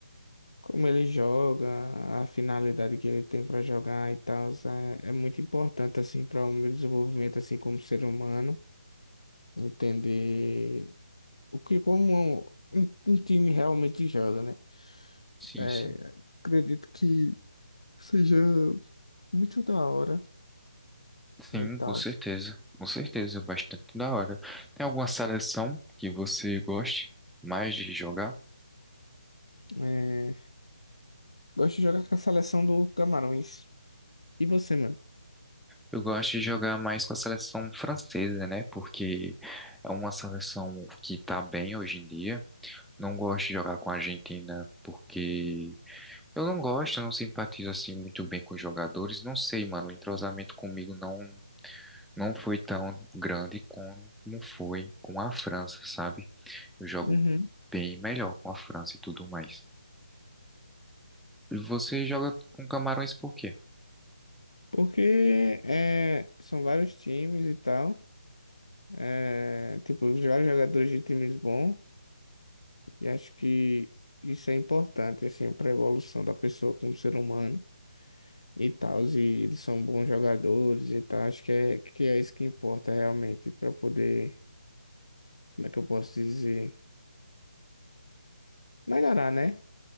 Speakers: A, on the left (about 75°); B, in the centre.
A: como ele joga, a finalidade que ele tem pra jogar e tal, é, é muito importante, assim, para o meu desenvolvimento, assim, como ser humano, entender O que como um, um time realmente joga, né?
B: Sim,
A: É,
B: sim.
A: acredito que seja muito da hora
B: Sim,
A: e tal.
B: com certeza. Com certeza, é bastante da hora. Tem alguma seleção que você goste mais de jogar?
A: É, gosto de jogar com a seleção do Camarões. E você, mano?
B: Eu gosto de jogar mais com a seleção francesa, né? Porque é uma seleção que tá bem hoje em dia. Não gosto de jogar com a Argentina porque eu não gosto, eu não simpatizo assim muito bem com os jogadores. Não sei, mano, o entrosamento comigo não não foi tão grande como foi com a França, sabe? Eu jogo
A: Uhum.
B: bem melhor com a França e tudo mais. E você joga com Camarões por quê?
A: Porque é, são vários times e tal. É, tipo, vários jogadores de times bons. E acho que isso é importante, assim, para a evolução da pessoa como ser humano. e tal, e eles são bons jogadores e tal. Acho que é, que é isso que importa realmente para poder, como é que eu posso dizer, melhorar, né?